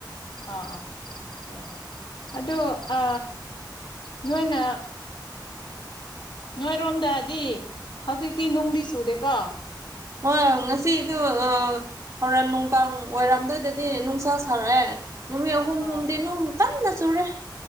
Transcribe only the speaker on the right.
ꯍꯣꯏ ꯉꯁꯤꯗꯨ ꯑꯥ ꯍꯣꯔꯦꯟ ꯅꯨꯡꯗꯥꯡ ꯑꯣꯏꯔꯝꯗꯥꯏꯗꯗꯤ ꯅꯨꯡꯁꯥ ꯁꯥꯔꯛꯑꯦ ꯅꯨꯃꯤꯠ ꯑꯍꯨꯝ
ꯍꯨꯝꯗꯤ ꯅꯨꯡ ꯀꯟꯅ ꯆꯨꯔꯦ꯫